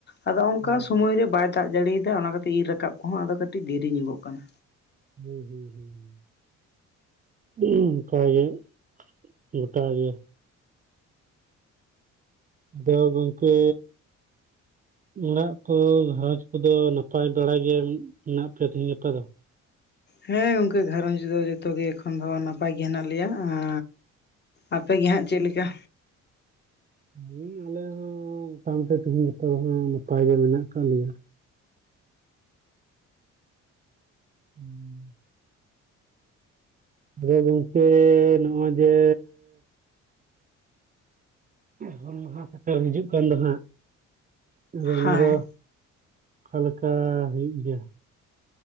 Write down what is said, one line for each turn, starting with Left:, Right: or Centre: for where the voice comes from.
Left: ᱟᱫᱚ ᱚᱱᱠᱟ
Right: ᱦᱩᱸ
Left: ᱥᱚᱢᱚᱭ ᱨᱮ ᱵᱟᱭ ᱫᱟᱜ ᱡᱟᱲᱤ ᱫᱟ ᱚᱱᱟ ᱠᱷᱟᱛᱤᱨ ᱤᱨ ᱨᱟᱠᱟᱵ ᱠᱚᱦᱚᱸ ᱟᱫᱚ ᱠᱟᱹᱴᱤᱡ ᱫᱮᱨᱤ ᱧᱚᱜᱚᱜ ᱠᱟᱱᱟ᱾
Right: ᱦᱩᱸ ᱦᱩᱸ ᱦᱩᱸ ᱦᱩᱸ <unintelligible> ᱦᱩᱸ ᱚᱱᱠᱟ ᱜᱮ ᱜᱚᱴᱟ ᱜᱮ᱾ ᱟᱫᱚ ᱜᱚᱝᱠᱮ᱾ ᱚᱲᱟᱜ ᱠᱚ ᱜᱷᱟᱨᱚᱸᱡᱽ ᱠᱚᱫᱚ ᱱᱟᱯᱟᱭ ᱵᱟᱲᱟ ᱜᱮ ᱢᱮᱱᱟᱜ ᱯᱮᱭᱟ ᱛᱮᱦᱮᱧ ᱜᱟᱯᱟ ᱫᱚ
Left: ᱦᱮᱸ ᱜᱚᱝᱠᱮ ᱜᱷᱟᱨᱚᱧᱡᱽ ᱫᱚ ᱡᱚᱛᱚ ᱜᱮ ᱮᱠᱷᱚᱱ ᱫᱚ ᱱᱟᱯᱟᱭ ᱜᱮ ᱦᱮᱱᱟᱜ ᱞᱮᱭᱟ ᱟᱸ ᱟᱯᱮ ᱜᱮ ᱦᱟᱜ ᱪᱮᱫ ᱞᱮᱠᱟ
Right: ᱦᱩᱸ ᱟᱞᱮ ᱦᱚᱸ ᱢᱚᱴᱟᱢᱩᱴᱤ ᱛᱤᱦᱤᱧ ᱜᱟᱯᱟ ᱫᱚ ᱦᱟᱸᱜ ᱱᱟᱯᱟᱭ ᱜᱮ ᱢᱮᱱᱟᱜ ᱠᱟᱫ ᱞᱮᱭᱟ ᱦᱩᱸ <unintelligible> ᱟᱫᱚ ᱜᱚᱝᱠᱮᱻ ᱱᱚᱜᱼᱚᱭ ᱡᱮᱻ ᱦᱩᱞ ᱢᱟᱦᱟ ᱥᱮᱴᱮᱨ ᱦᱤᱡᱩᱜ ᱠᱟᱱ ᱫᱚ ᱦᱟᱸᱜ ᱟᱫᱚ ᱚᱱᱟ
Left: ᱦᱮᱸ
Right: ᱫᱚ ᱚᱠᱟ ᱞᱮᱠᱟ ᱦᱩᱭᱩᱜ ᱜᱮᱭᱟ